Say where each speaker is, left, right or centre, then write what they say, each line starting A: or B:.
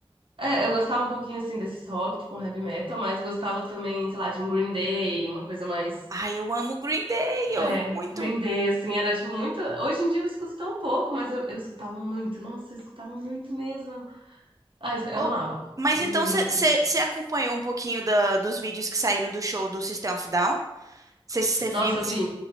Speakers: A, on the right; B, on the right.
A: É, eu gostava um pouquinho, assim, desses rock, tipo um heavy metal. Mas gostava também, sei lá, de um Green Day, uma coisa mais...
B: Ai, eu amo Green Day, eu
A: É,
B: amo muito.
A: Green Day, assim, era tipo muito. Hoje em dia eu escuto tão pouco, mas eu, eu escutava muito. Nossa, eu escutava muito mesmo. Ah, eu
B: Oh,
A: amava.
B: mas
A: Green
B: então
A: Day,
B: você
A: assim.
B: você- você acompanhou um pouquinho da- dos vídeos que saíram do show do System of Down? Você você viu
A: Nossa,
B: assim.
A: eu vi,